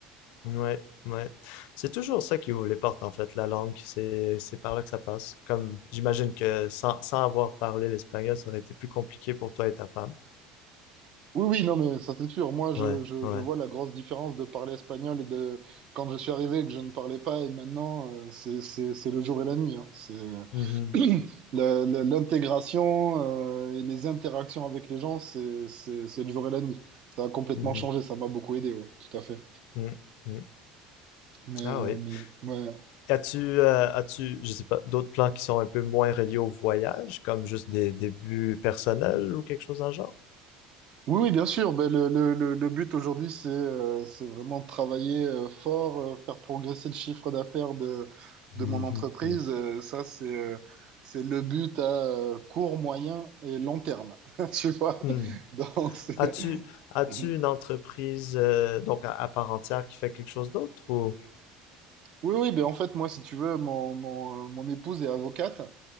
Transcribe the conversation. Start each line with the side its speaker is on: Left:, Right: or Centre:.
Left: Hmm. Ouais, ouais. C'est toujours ça qui ouvre les portes en fait, la langue. C'est, c'est par là que ça passe. Comme j'imagine que sans, sans avoir parlé l'espagnol, ça aurait été plus compliqué pour toi et ta femme.
Right: Oui, oui, non, mais ça c'est sûr. Moi, je,
Left: Ouais,
Right: je,
Left: ouais.
Right: je vois la grosse différence de parler espagnol et de quand je suis arrivé et que je ne parlais pas et maintenant, euh, c'est, c'est, c'est le jour et la nuit. hein. C'est
Left: Mhm.
Right: <clears throat> la- la- l'intégration euh, et les interactions avec les gens, c'est, c'est, c'est le jour et la nuit. Ça a complètement
Left: Mhm.
Right: changé, ça m'a beaucoup aidé, oui, tout à fait.
Left: Hmm. Hmm.
Right: Mais,
Left: Ah
Right: euh,
Left: oui.
Right: mais ouais.
Left: As-tu, euh, as-tu, je sais pas, d'autres plans qui sont un peu moins reliés au voyage, comme juste des débuts personnels ou quelque chose dans le genre?
Right: Oui, oui, bien sûr. Ben, le, le, le le but aujourd'hui, c'est euh, c'est vraiment de travailler euh, fort, euh, faire progresser le chiffre d'affaires de, de
Left: Hum,
Right: mon entreprise.
Left: hum, hum,
Right: Euh, ça, c'est euh, c'est le but à euh, court, moyen et long terme. <laughs> Tu vois?
Left: hum.
Right: Donc, c'est...
Left: As-tu, as-tu
Right: Mhm.
Left: une entreprise, euh, donc à, à part entière qui fait quelque chose d'autre ou?
Right: Oui, oui, ben en fait, moi, si tu veux, mon, mon, mon épouse est avocate